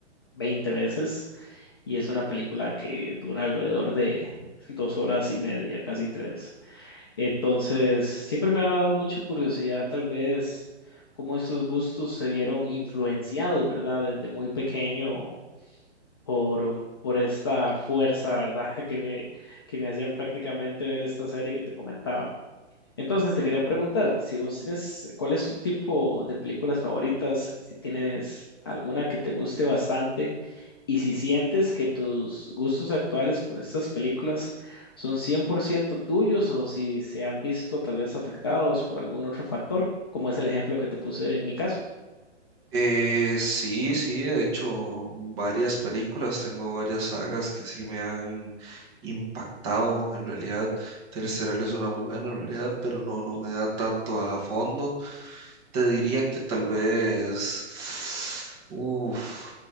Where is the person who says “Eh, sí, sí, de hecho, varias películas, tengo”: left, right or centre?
Right